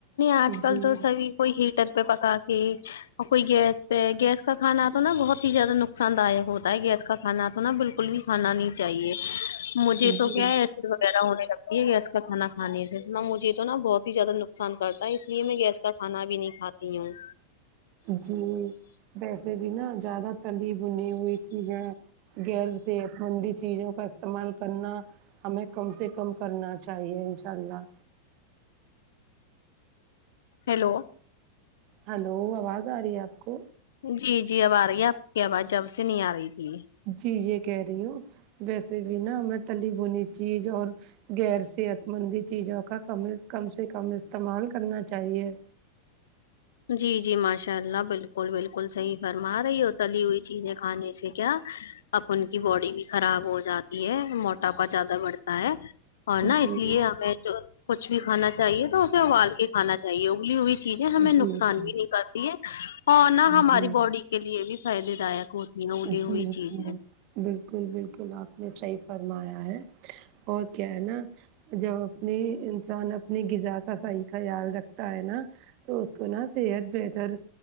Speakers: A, on the left; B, on the right.
A: آج کل
B: جی
A: تو سبھی کوئی ہیٹر پہ پکا کے اور کوئی گیس پہ گیس کا کھانا تو نا بہت ہی زیادہ نقصان داک ہوتا ہے گیس کا کھا تو ہے نا بالکل بھی کھانا نہیں چاہیے مجھے
B: جی
A: تو کیا ہے وغیرہ ہونے لگتی ہے گیس کا کھانا کھے سے نہ مجھے تو نہا بہت ہی زیادہ نقصان کر اس لیے میں گیس کا کھانا بھی نہیں کھاتی ہوں
B: جی ویسے بھی نا زیادہ تلی بھنی ہوئی چیز ہے گغیر سےٹھنڈی چیزوں کا استعمال کرنا ہمیں کم سے کم کرنا چاہیے انشاء اللہ
A: ہیلو
B: ہیلو آواز آ رہی ہے آپ کو
A: جی جی اب آ رہی ہے آپ کی آواز جب سے نہیں آ رہی تھی
B: جی یہ کہہ رہی ہوں ویسے بھی نا میں تلی بنی چیز اور غیر صحت مندی چیزوں کا ک کم سے کم استعمال کرنا چاہیے
A: جی جی ماشاء اللہ بالکل بالکل صحیح فرما رہی ہو تلی ہوئی چیزیں کھانے سے کیا اب ان کی باڈی بھی خراب ہو جاتی ہے موٹاپا زیادہ بڑھتا ہے اور نا
B: جی
A: اس لیے ہمیں جو کچھ بھی کھانا چاہیے تو اسے ابال کے کھانا چاہیے ابلی ائی چیز ہے ہمیں
B: جی
A: نقصان بھی نہیں کرتی ہے اور نہ
B: جی
A: ہماری باڈی کے لیے بھی فائدے داک ہوتی انیی
B: جی
A: ہوئی
B: جی
A: چیز ہے
B: بالکل بالکل آپ نے صحیح فرمایا ہے اور کیا ہے نا جب اپنی انسان اپنی غذا کا صحیح خیال رکھتا ہے نا تو اس کو نا صحت بہتر